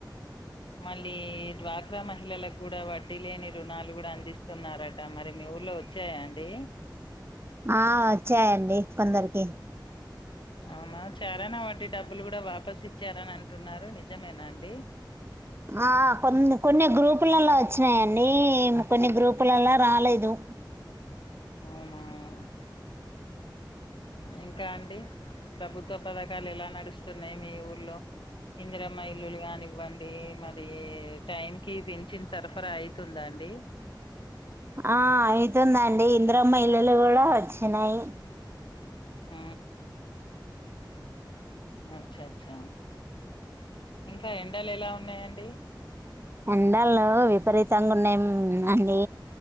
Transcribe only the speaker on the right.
ఆ వచ్చాయండి కొందరికి
ఆ కొన్ని కొన్ని గ్రూపులలో వచ్చినాయంండి కొన్ని గ్రూపులలో రాలేదు రు
ఆ అయితుందండి ఇంద్ర మ ఇళలు కూడా వచ్చినాయి
ఎడాలు విపరీతంగా ఉన్నా అండి